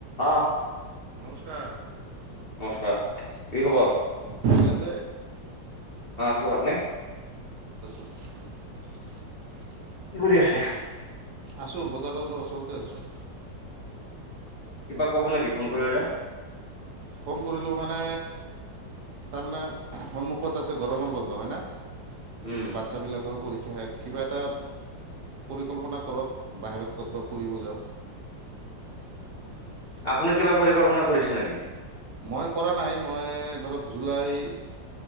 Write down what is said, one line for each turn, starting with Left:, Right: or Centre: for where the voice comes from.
Left: অ'
Right: উম'
Left: নমস্কাৰ কি খবৰ? অ
Right: ভালে আছে?
Left: আছো আপোনি?
Right: <inaudible>
Left: কি কৰি আছে?
Right: আছোঁ বজাৰৰ ওচৰতে আছোঁ।
Left: কিবা ক'ব নেকি ফোন কৰি যে?
Right: ফোন কৰিলোঁ মানে তাৰমানে সন্মুখত আছে গৰমৰ বন্ধ হয়নে?
Left: উম
Right: বাচ্ছ বিলাকৰো পৰি শিক্ষ কিবা এটা পৰিকল্পনা কৰক বাহিৰত ক'তব ফুৰিব যাওঁ। <inaudible>
Left: আপুনি কিবা পৰিকল্পনা কৰিছে নেকি?
Right: মই কৰা নাই মই ধৰক জুলাই